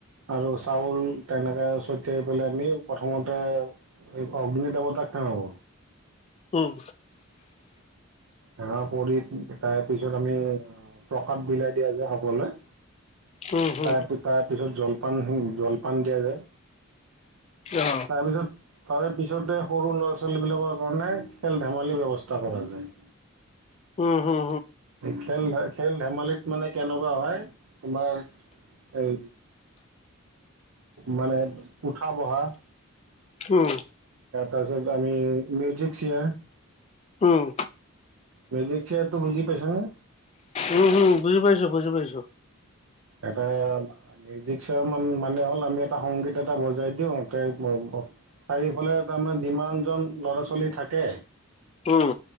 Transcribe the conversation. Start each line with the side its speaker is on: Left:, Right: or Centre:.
Right: আৰু চাউল তেনেকে ছটিয়াই পেলাই আমি প্ৰথমতে। এই অগ্নি দেৱটা হেৱা কৰো।
Left: উম।
Right: সেৱা কৰি তাৰ পিছত আমি প্ৰসাদ বিলাই দিয়া যে সকলোৱে।
Left: উম হুম
Right: তাৰ - তাৰ পিছত জলপান জলপান দিয়া যায়।
Left: অ
Right: তাৰপিছত। তাৰে পিছতে সৰু ল'ৰা ছোৱালীবিলাকৰ কাৰণে খেল ধেমালিৰ ব্যৱস্থা কৰা যায়।
Left: উম উম।
Right: খেল খেল ধেমালিত মানে কেনেকুৱা হয় তোমাৰ। এই মানে উঠা বহা।
Left: উম।
Right: পাৰছত আমি মিউজিক চেয়াৰ।
Left: উম।
Right: মিউজিক চ্বেয়াৰটো বুজি পাইছানে?
Left: উম হুম বুজি পাইছো বুজি পাইছো।
Right: এটা। মিউজিক মানে হ'ল আমি এটা সংগীত এটা বজাই দিওঁ ততে। চাৰিওফালে তাৰমানে যিমানজন ল'ৰা ছোৱালী থাকে।
Left: উম